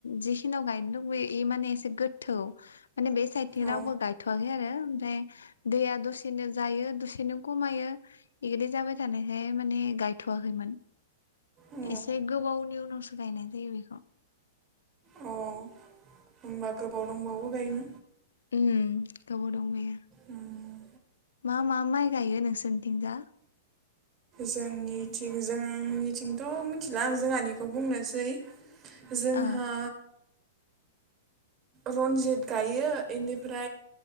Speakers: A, on the left; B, on the right.
A: जिखिनियाव गायनो दंबोयो इ माने एसे गोथौ माने बे साइदथिं
B: अ
A: रावबो गायथ'वाखै आरो। ओमफ्राय दैया दसेनो जायो दसेनो खमायो बिबायदि जाबाय थानायखाय माने जायथवाखैमोन
B: अ
A: एसे गोबावनि उनावसो गायनाय जायो बेखौ
B: अ होनबा गोबाव दंबावो गायोन
A: उ गोबाव दं बेयो
B: उम
A: मा मा माइ गायो नोंसोरनिथिंजा
B: जोंनिथिं जोंनिथिंथ मिथिला आं जोंहानिखौ बुंनोसै जोंहा
A: अ
B: रनजित गायो बेनिफ्र